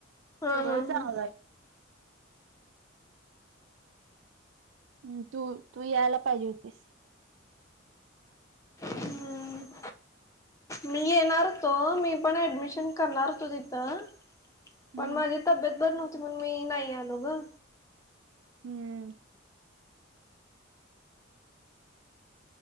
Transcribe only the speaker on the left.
हा
हा
हा
हम्म मी येणार होतो मी पण ऍडमिशन करणार होतो तिथं.
पण माझी तब्येत बर नव्हती म्हण मी नाही आलो ग.